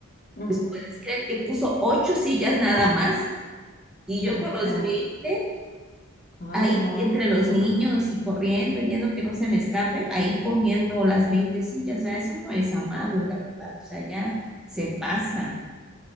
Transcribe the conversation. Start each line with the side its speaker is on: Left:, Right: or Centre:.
Left: ujú.
Centre: ¿Puedes creer que puso ocho sillas nada más? Y yo
Left: O
Centre: con los
Left: sea,
Centre: 20
Left: ay
Centre: ahí
Left: no,
Centre: entre los
Left: no.
Centre: niños y corriendo y viendo que no se me escapen, ahí poniendo las 20 sillas, o sea, eso no es amable, la verdad, o sea, ya se pasa.